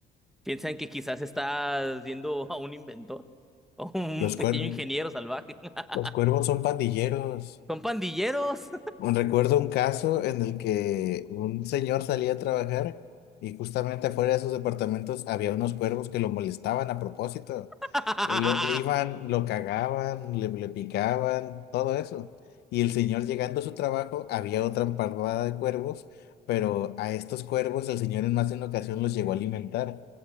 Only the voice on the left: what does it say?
Los
cuer-
los cuervos son pandilleros.
Un- Recuerdo un caso en el que un señor salía a trabajar y justamente afuera de sus departamentos había unos cuervos que lo molestaban a propósito.
Lo- le iban, lo cagaban, le, le picaban, todo eso. Y el señor llegando a su trabajo había otra parvada de cuervos, pero a estos cuervos el señor en más de una ocasión los llegó a alimentar.